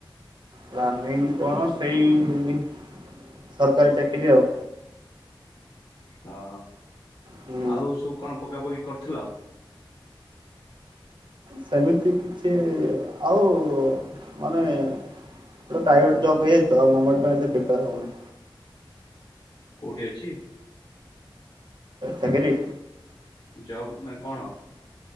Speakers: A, on the right; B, on the left.
A: ପ୍ଲାନିଙ୍ଗ କଣ ସେଇ ସରକାରୀ ଚାକିରି ଆଉ।
B: ହଁ
A: ହୁଁ
B: ଆଉ ସବୁ କଣ ପକାପକି କରୁଥିଲ?
A: ସେମିତି କିଛି ଆଉ ମାନେ ତ ପ୍ରାଇଭେଟ ଜବ୍ ହେଇଯାଇଚି ତ ଆଉ ଗମେଣ୍ଟ୍ ପାଇଁ ଏତେ ପ୍ରିପୋର ହେଉନି।
B: କୋଉଠି ଅଛି?
A: ଚାକିରି।
B: ଜବ୍‌ ମାନେ କଣ?